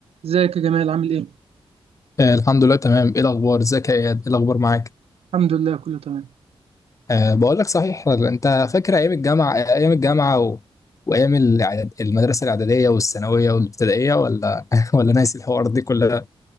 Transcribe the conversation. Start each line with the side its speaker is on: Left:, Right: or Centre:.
Right: ازيك يا جمال عامل ايه؟
Left: آه، الحمد لله تمام ايه الاخبار ازيك يا اياد ايه الاخبار معاك
Right: الحمد لله كله تمام
Left: أه بقول لك صحيح انت فاكر ايام الجامعه ايام الجامعه و... وايام الإعداد- المدرسه الاعداديه والثانويه والابتدائيه ولا <laughs> ولا ناسي الحوار دي كلها